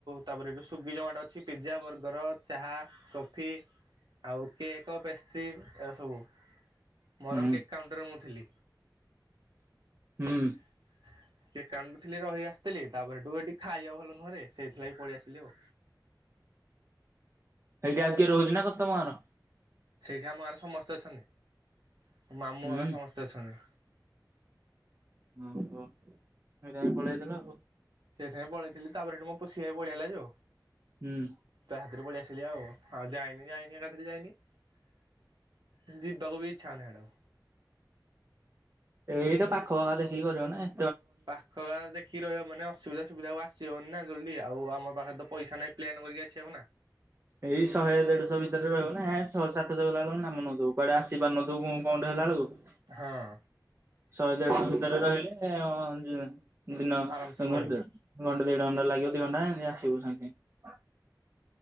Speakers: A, on the right; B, on the right.
A: ତାପରେ ଏଠୁ ସ୍ଵିଗି ଜମାଟୋ ଅଛି ପିଜା ବର୍ଗ ଗର ଚାହା କଫି ଆଉ କେକ୍ ପେଷ୍ଟ୍ରି ଏସବୁ। ମୋର
B: ହୁଁ
A: କେକ୍ କାଉଣ୍ଟରେ ମୁଁ ଥିଲି। କେକ୍
B: ହୁଁ
A: କାଉଣ୍ଟରେ ଥିଲି, ରହି ଆସିଥିଲି। ତାପରେ ହେଠୁ ଏଠି ଖାଇବା ଭଲ ନୁହଁରେ ସେଇଥି ଲାଗି ପଳେଇ ଆସିଲି ଆଉ।
B: ସେଠି ଆଉ କିଏ ରହୁଛି ନା କ ତମ ଗାଁର?
A: ସେଇଠି ଆମ ଗାଁ ର ସମସ୍ତେ ଅଛନ୍ତି। ମାମୁଁ
B: ହୁଁ
A: ଘର ସମସ୍ତେ ଅଛନ୍ତି।
B: ହ ହୋ କାହିଁ ପଳେଇ ତ ନା ଆଉ
A: ସେଥିପାଇଁ ପଳେଇଥିଲି, ତାପରେ ସେଠୁ ମୋ ପୁସି ଭାଈ ପଳେଇ ଆଇଲା ଯୋଉ
B: ହୁଁ
A: ତା ହାତରେ ପଳେଇ ଆସିଲି ଆଉ। ହଁ ଯାଇନ ଯାଇନି ଏକାଥରେ ଯାଇନି ଯିବାକୁ ବି ଇଛା ହଉନି ସିଆଡ଼େ ଆଉ।
B: ଏଇଟା ପାଖ ଦେଖିକି କରିବ ନାଇ।
A: ପାଖ ଗାଁ ଦେଖି ରହିବା ମାନେ ଅସୁବିଧା ସୁବିଧା ହବ ଆସ ହଉନି ନା ଜଲଦି ଆଉ ଆମ ପାଖରେ ତ ପଇସା ନାହିଁ ପ୍ଲେନ୍ କରିକି ଆସି ହବ ନା।
B: ଏଇ ଶହେ ଦେଢଶହ ଭିତରେ ରହିବ ନାଁ ଛଅ ସାତଶହ ଗଲା ବେଳ କୁ ନାମ ନଉଥିବୁ କୁଆଡେ ଆସିପାରୁ ନଥିବୁ ପୁଣି କଣଟେ ହେଲା ବେଳକୁ।
A: ହଁ।
B: ଶହେ ଦେଢଶହ ଭିତରେ ରହିଲେ ହଁ ଯ ଦିନ
A: ଆରାମସେ
B: ଘଣ୍ଟେ
A: ପଳେଇବୁ
B: ଘଣ୍ଟେ ଦେଢ ଘଣ୍ଟା ଲାଗିବ ଦି ଘଣ୍ଟା ଆସିବୁ ସାଙ୍ଗେ ସାଙ୍ଗେ।